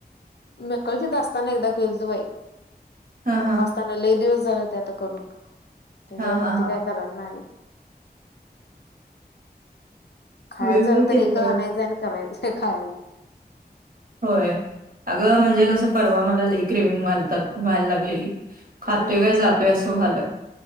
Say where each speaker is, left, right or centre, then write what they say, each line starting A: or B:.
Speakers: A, on the left; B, on the right.
A: म कलच दसताना एकदा खिलतू बाई
B: हा
A: पप्प
B: हा
A: ताना लले दिवस झाले ते आता करून त्याच्यावरती
B: हा हा हा
A: काय करणार नाही खायच
B: विव
A: झालंल
B: केलतोय
A: तर एकच आणायचं आणि करायचंय खायच
B: होय अगं म्हणजे कसं परवा मला लेक रेविंग मालतात वयला लागलेली खातोय
A: हम्म
B: काय जातोय असं झालं